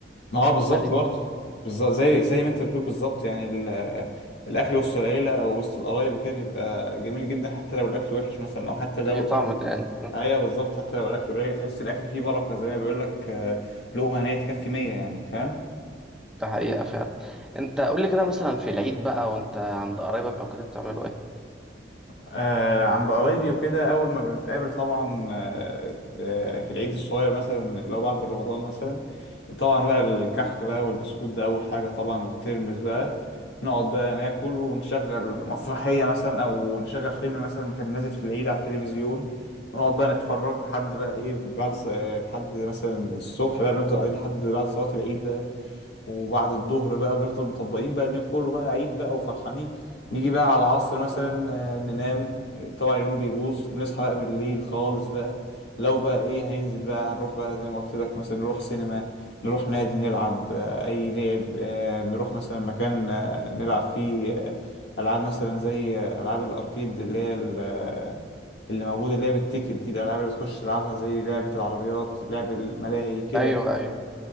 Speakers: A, on the left; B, in the centre.
A: ما هو بالظبط
B: عادي
A: برضه بالظبط زي زي ما انت بتقول بالظبط يعني ال- الاكل وسط العيله او وسط القرايب وكده بيبقى جميل جدا حتى لو الاكل وحش مثلا او حتى لو
B: دي
A: الاكل
B: طعم تاني
A: ايوه بالظبط حتى لو الاكل قليل تحس الاكل فيه بركه زي ما بيقول لك آه، لقمه هنيه تكفي 100 يعني فاهم
B: ده حقيقة فعلا انت قول لي كده مثلا في العيد بقى وانت عند قرايبك او كده بتعملوا ايه
A: آه عند قرايبي وكده أول ما بنتقابل طبعا آه آه، في العيد الصغير مثلا اللي هو بعد رمضان مثلا طبعا بقى الكحك بقى والبسكوت ده أول حاجة طبعا والترمس بقى نقعد بقى ناكل ونشغل مسرحية مثلا أو نشغل فيلم مثلا كان نازل في العيد على التلفزيون ونقعد بقى نتفرج لحد بقى إيه بعد ص- آه، لحد مثلا الصبح بقى بنفضل قاعدين لحد بعد صلاة العيد بقى وبعد الظهر بقى بنفضل مطبقين بقى اليوم كله بقى عيد بقى وفرحانين نيجي بقى على العصر مثلا
B: مم.
A: آه، ننام طبعا اليوم بيبوظ بنصحى بقى بالليل خالص بقى لو بقى ايه هننزل بقى هنروح بقى زي ما قلت لك مثلا نروح سينما نروح نادي نلعب آه، اي لعب آه، نروح مثلا مكان آه، نلعب فيه آه، العاب مثلا زي آه، العاب الاركيد اللي هي ال- آه، اللي موجوده اللي هي بالتيكت دي الالعاب اللي بتخش تلعبها زي لعبه العربيات لعب الملاهي كده
B: ايوه ايوه